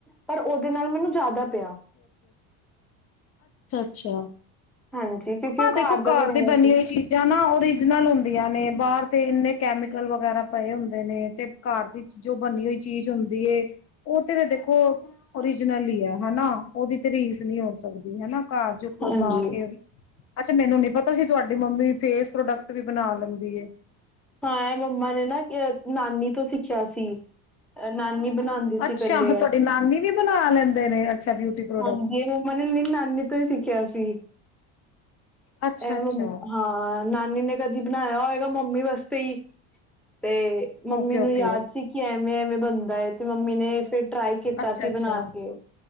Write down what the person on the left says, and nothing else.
ਅੱਛਾ,
ਹਾਂ
ਦੇਖੋ
ਘਰ
ਦੀ
ਬਣੀ
ਹੋਈ ਚੀਜ਼ਾਂ ਨਾ ਔਰੀਜਨਲ ਹੁੰਦੀਆਂ ਨੇ ਬਾਹਰ ਤੇ ਇੰਨੇ ਕੈਮੀਕਲ ਵਗੈਰਾ ਪਏ ਹੁੰਦੇ, ਦੇ ਨੇ ਤੇ ਘਰ ਦੀ ਜੋ ਬਣੀ ਹੋਈ ਚੀਜ਼ ਹੁੰਦੀ ਐ। ਉਹ ਤੇ ਫੇ ਦੇਖੋ ਔਰੀਜਨਲ ਹੀ ਹੈ ਹਨਾ ਉਹਦੀ ਤਰੀਸ ਨੀ ਹੋ ਸਕਦੀ ਹਨਾ। ਘਰ ਚ ਕੋ
ਪਾ ਕੇ, ਅੱਛਾ ਮੈਨੂੰ ਨੀ ਪਤਾ ਸੀ ਤੁਹਾਡੀ ਮੰਮੀ ਫੇਸ ਪ੍ਰੋਡਕਟ ਵੀ ਬਣਾ ਲੈਂਦੀ।
ਅੱਛਾ
ਉਹ ਤੁਹਾਡੀ
ਨਾਨੀ ਵੀ ਬਣਾ ਲੈਂਦੇ ਨੇ। ਅੱਛਾ ਬਿਊਟੀ ਪ੍ਰੋਡਕਟ।
ਅੱਛਾ-ਅੱਛਾ,
ਓਕੇ-ਓਕੇ,
ਅੱਛਾ-ਅੱਛਾ।